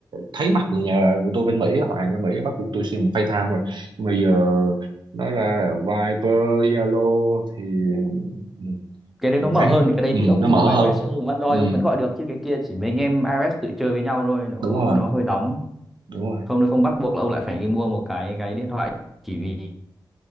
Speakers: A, on the right; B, in the centre.
A: thấy mặt người nhà của tôi bên Mỹ á, họ hàng bên Mỹ á, bắt buộc tôi sử dụng FaceTime rồi nhưng mà giờ nói ra là Viber Zalo thì ừ,
B: cái đấy
A: tôi
B: nó mở
A: thấy
B: hơn thì cái đấy
A: ừ,
B: thì ông
A: nó
B: dùng
A: mở
B: iOS
A: hơn
B: ông dùng Android
A: ừ,
B: ông vẫn gọi được chứ cái kia chỉ mấy anh em iOS tự chơi với nhau thôi nó
A: đúng rồi
B: nó hơi đóng
A: đúng rồi
B: không nó không bắt buộc là ông lại phải đi mua một cái cái điện thoại chỉ vì